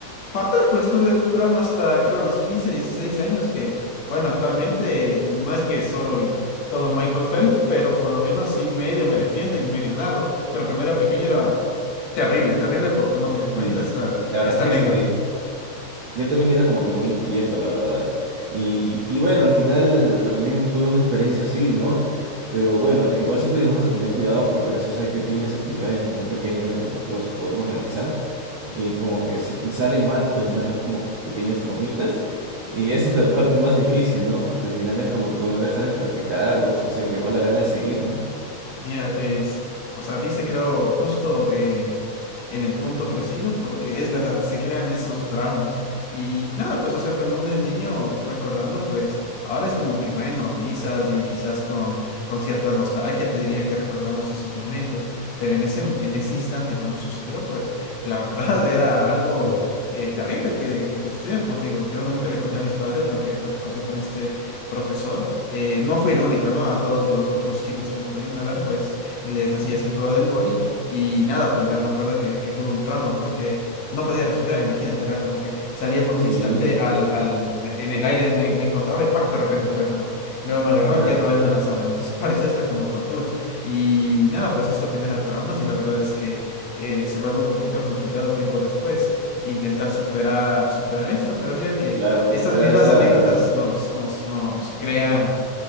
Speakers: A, on the left; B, on the right.
A: Fatal, pues tuve un trauma hasta creo los 15, 16 años que, bueno, actualmente no es que soy todo Michael Phelps, pero por lo menos sí medio me defiendo y medio nado, pero cuando era pequeño era terrible, terrible por cómo te cuento
B: sí.
A: esta,
B: La verdad
A: esta
B: es que
A: anécdota.
B: sí. Yo también era como que muy inquieto, la verdad. Y, y bueno, al final también tuve una experiencia así, ¿no? Pero bueno, igual siempre debemos de tener cuidado porque a veces hay pequeñas actividades de muy pequeño que nosotros podemos realizar. Y como que si sale mal, pues nos dejan como pequeños traumitas. Y esa es la <laughs> parte más difícil, ¿no? Porque al final es como que uno deja de practicarlos o se le va la gana de seguir, ¿no?
A: Mira, es, o sea, diste creo justo eh, en el punto preciso, porque es verdad, se crean esos traumas. Y nada, pues, o sea, cuando uno es niño recordando, pues ahora es como que, bueno, risas y quizás con, con cierta nostalgia te diría que recordamos esos momentos, pero en ese, en ese instante cuando sucedió, pues la verdad <laughs> era algo eh, terrible que, que, que sucedió. Como te digo, yo nunca le conté a mis padres lo que, lo que pasó con este profesor eh, no fui el único, ¿no? A todos los otros chicos que no podían nadar, pues les hacía
B: Ujú.
A: este juego del boli y nada, pues yo me acuerdo que, que tuve un trauma porque no podía respirar, imagínate, era como que salía por un
B: Sí,
A: instante al, al, a- en el aire, me, me encontraba y ¡pac! de repente otra vez al agua. Y luego me agarraban
B: claro,
A: y otra vez me lanzaban, entonces <laughs> parecía hasta como tortura. Y nada, pues esto genera traumas y la verdad es que eh, se vuelve un poquito complicado tiempo después intentar superar, superar esto, pero mira que
B: claro,
A: estas
B: supera
A: mismas
B: esa.
A: anécdotas nos, nos, nos crean